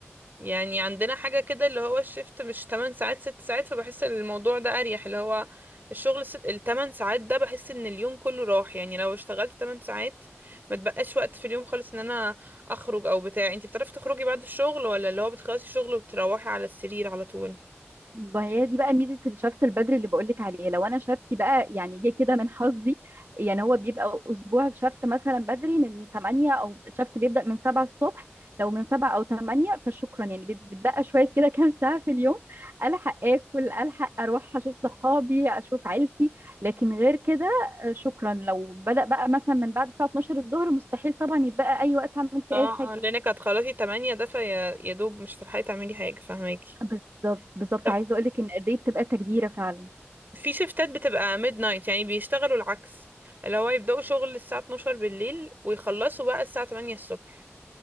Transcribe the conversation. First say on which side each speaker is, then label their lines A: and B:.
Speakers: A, on the right (about 45°); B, on the right (about 65°).
A: يعني عندنا حاجه كده اللي هو الشيفت مش 8 ساعات 6 ساعات فبحس ان الموضوع ده اريح اللي هو الشغل ست... ال 8 ساعات ده بحس ان اليوم كله راح يعني لو اشتغلت 8 ساعات ما تبقاش وقت في اليوم خالص ان انا اخرج او بتاع انتي بتعرفي تخرجي بعد الشغل ولا اللي هو بتخلصي شغل وتروحي على السرير على طول
B: ما هي دي بقى ميزة الشفط البدري اللي بقولك عليه لو انا شفتي بقى يعني جه كده من حظي يعني هو بيبقى اسبوع الشفط مثلا بدري من 8 او الشفط بيبدأ من 7 الصبح لو من 7 او 8 فشكرا يعني بيب- بتبقى شوية كده <laughs> كام ساعة في اليوم الحق اكل الحق اروح اشوف صحابي اشوف عيلتي لكن غير كده آه، شكرا لو بدأ بقى مثلا من بعد الساعة 12 الظهر مستحيل طبعا يتبقى اي وقت اعمل فيه
A: اه
B: اي حاجة
A: اه لانك هتخلصي 8 ده فيا يا دوب مش هتلحقي تعملي حاجة فاهماكي
B: بالظبط بالظبط
A: طب
B: عايزة اقولك ان قد ايه بتبقى تجديرة فعلا
A: في شيفتات بتبقى ميد نايت يعني بيشتغلوا العكس اللي هو يبدأوا شغل الساعة 12 بالليل ويخلصوا بقى الساعة 8 الصبح